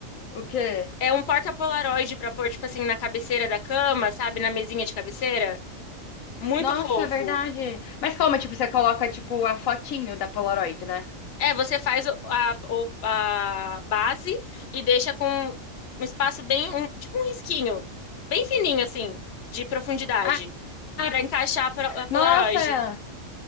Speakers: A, on the left; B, on the left.
A: O quê?
B: É um porta-polaroid pra pôr, tipo assim, na cabeceira da cama, sabe, na mesinha de cabeceira. Muito
A: Nossa,
B: fofo.
A: é verdade. Mas como, tipo, você coloca, tipo, a fotinho da Polaroid, né?
B: É, você faz o- a, o- a base e deixa com um espaço bem, um- tipo um risquinho, bem fininho assim, de profundidade,
A: Ah, ah,
B: pra encaixar a, pro- a Polaroid.
A: nossa!